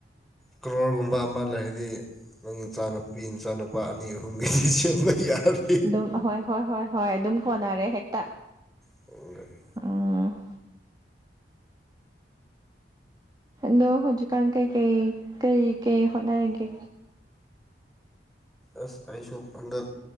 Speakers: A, in the centre; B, on the right.
A: ꯀꯣꯔꯒꯨꯝꯕ ꯑꯃ ꯂꯩ ꯍꯥꯏꯗꯤ ꯅꯪ ꯏꯆꯥꯅꯨꯄꯤ ꯏꯆꯥꯅꯨꯄꯥ ꯑꯅꯤ ꯑꯍꯨꯝꯒꯤꯗꯤ ꯁꯦꯝꯕ ꯌꯥꯔꯦ
B: ꯑꯗꯨꯝ ꯍꯣꯏ ꯍꯣꯏ ꯍꯣꯏ ꯍꯣꯏ ꯑꯗꯨꯝ ꯀꯣꯟꯅꯔꯦ ꯍꯦꯛꯇ
A: <unintelligible>
B: ꯑꯝ ꯗꯣ ꯍꯧꯖꯤꯛꯀꯥꯟ ꯀꯩꯀꯩ ꯀꯩ ꯀꯩ ꯍꯣꯠꯅꯔꯒꯦ
A: ꯑꯁ ꯑꯩꯁꯨ ꯍꯟꯗꯛ